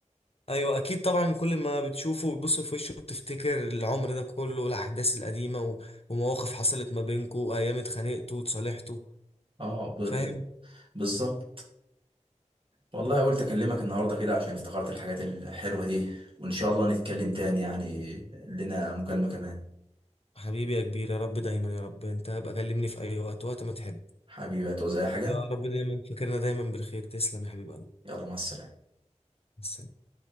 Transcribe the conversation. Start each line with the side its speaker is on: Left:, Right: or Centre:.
Left: ايوه اكيد طبعا كل ما بتشوفه وتبص في وشه بتفتكر العمر ده كله والاحداث القديمة و- ومواقف حصلت ما بينكو وايام اتخانقتوا وتصالحتوا
Right: اه ب-
Left: فاهم
Right: بالظبط والله قلت اكلمك النهارده كده عشان افتكرت الحاجات الحلوة دي وان شاء الله نتكلم تاني يعني لنا مكالمة كمان
Left: حبيبي يا كبير يا رب دايما يا رب انت ابقى كلمني في اي وقت وقت ما تحب
Right: حبيبي هتعوز اي حاجة
Left: يا رب دايما فاكرنا دايما بالخير تسلم يا حبيب قلبي
Right: يلا مع السلامة
Left: مع السلامة.